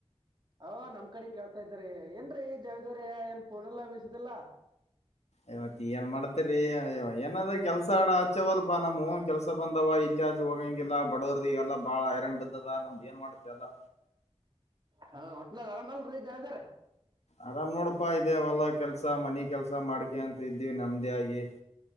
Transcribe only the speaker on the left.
ಇವತ್ ಏನ್ ಮಾಡತಿರಿ ಏನಾದ್ರ ಕೆಲ್ಸಾ ಆಡ ಆಚವಲ್ಪಾ ನಮ್ಮ ಕೆಲ್ಸ ಬಂದವ ಇಲ್ಲಿ ಹೊಗಂಗಿಲ್ಲ ಬಡವರ್ದ ಎಲ್ಲ ಬಾಳ ಹೈರಾಣ ಬಿದ್ದದ ನಮ್ದ ಏನ್ ಮಾಡ್ತ ಎಲ್ಲಾ
ಆರಾಮ್ ನೋಡಪಾ ಇದೇ ಹೂಲ ಕೆಲ್ಸ ಮನಿ ಕೆಲ್ಸ ಮಾಡ್ಕೆಂತ್ ಇದೀವಿ ನೆಮ್ದಿಯಾಗಿ